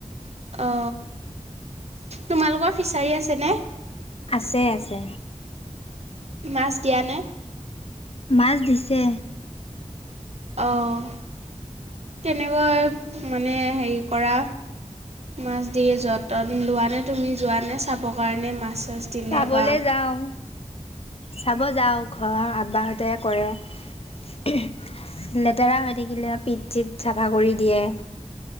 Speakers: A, on the right; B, on the left.
A: অ তোমালোকৰ ফিছাৰী আছেনে।
B: আছে আছে।
A: মাছ দিয়া নে।
B: মাছ দিছে।
A: অ' তেনেকৈ মানে হেৰি কৰা। মাছ দিয়ে যতন লোৱা নে তুমি যোৱা নে চাবৰ কাৰণে মাছ চাছ। দিলে
B: চাবলে
A: বা
B: যাওঁ চাব যাওঁ ঘৰৰ আব্বাহঁতে কৰে। ঊম লেতেৰা হৈ থাকিলে পিট চিত চাফা কৰি দিয়ে।